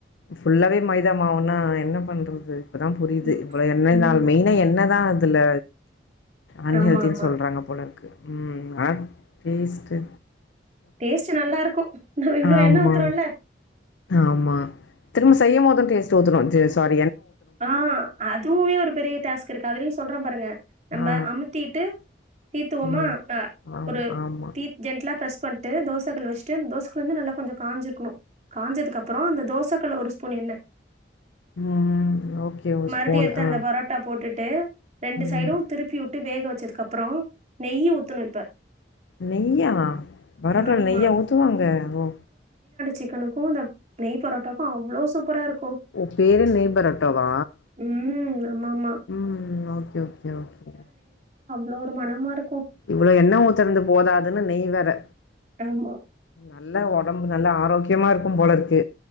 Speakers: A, on the left; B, on the right.
A: ஃபுல்லாவே மைதா மாவுன்னா என்ன பண்றது இப்பதா புரியிது
B: ம்,
A: இவ்ளொ எண்ணெய்னால்
B: ம்.
A: மெய்னா எண்ண தா அதுல அன்ஹெல்த்தின்
B: ஆமா ஆமா
A: சொ சொல்றாங்க போலருக்கு உம் அனா வேஸ்ட்டு
B: டேஸ்ட்டு நல்லாருக்கும் நபே இவ்ளோ
A: ஆமா,
B: எண்ண ஊத்ரோம்ல
A: ஆமா திரும்ப செய்யும்மோது டேஸ்ட்டூத்ரோம் டேஸ் ஸாட்
B: ஆ அதுவுமே ஒரு பெரிய டாஸ்க் இருக்கு அதுலயு சொல்ற பாருங்க நம்ப
A: ஆ,
B: அமுத்தீட்டு தீத்துவோமா
A: ம்.
B: அ
A: ஆமா,
B: ஒரு
A: ஆமா.
B: தீ ஜென்ட்லா ஃப்ரஸ் பண்ட்டு தோசகள் வெச்ட்டு அந் தோசக்குல் வந்து நல்லா கொஞ்ச காஞ்ருக்கணு காஞ்சதுக்கப்பறோ அந்த தோசக்கள்ள ஒரு ஸ்பூன் எண்ண
A: ம். ஓகே ஒரு
B: மறுப்டி
A: ஸ்பூன்
B: எடுத்து அந்த
A: ஆ.
B: போரோட்டா போட்டுட்டு ரெண்டு
A: ம்.
B: சைடூ திருப்பி உட்டு வேக வெச் ச்சதுக்கு அப்றோ நெய்யி ஊத்தணூ இப்ப
A: நெய்யா பராட்டால
B: ஆமா.
A: நெய்யா ஊத்துவாங்க ஓ
B: சிக்கனுக்கூ இந்த நெய் போராட்டாக்கூ அவ்ளோ சூப்பராருக்கூ
A: ஊ பேர் என்ன நெய் பரோட்டா வா
B: ம். ஆமாமா.
A: ஊம் ஓக்கே ஓக்கே ஓக்கே
B: ள ஒரு மனம்மாருக்கும்
A: இவ்வள எண்ண ஊத்தனது போதாதுன்னு நெய்வேற
B: ஆமா.
A: நல்ல ஒடம்பு நல்ல ஆரோக்யமாருக்கும் போலருக்கு